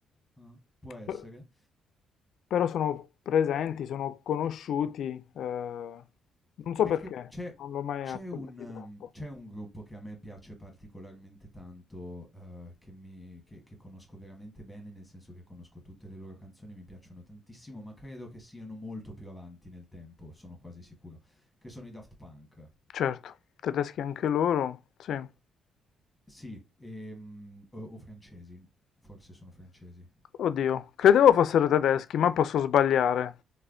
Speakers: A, in the centre; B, on the left.
A: Ah. Può essere.
B: P- però sono presenti, sono conosciuti, eh, non so
A: Perché
B: perché,
A: c'è
B: non l'ho mai
A: c'è
B: ascoltati
A: un mhmm,
B: troppo.
A: c'è un gruppo che a me piace particolarmente tanto, uhm, che mi che che conosco veramente bene, nel senso che conosco tutte le loro canzoni, mi piacciono tantissimo, ma credo che siano molto più avanti nel tempo, sono quasi sicuro, che sono i Daft Punk.
B: Certo, tedeschi anche loro, sì.
A: Sì, ehm, o o francesi, forse sono francesi.
B: Oddio, credevo fossero tedeschi, ma posso sbagliare.